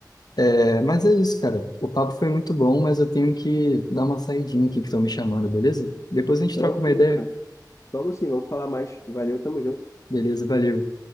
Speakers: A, on the left (about 65°); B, on the left (about 40°).
A: É, mas é isso, cara. O papo foi muito bom, mas eu tenho que dar uma saidinha aqui que estão me chamando, beleza? Depois a gente
B: Tranquilo,
A: troca uma ideia.
B: cara. Vamos sim, vamos falar mais. Valeu, tamo junto.
A: Beleza, valeu.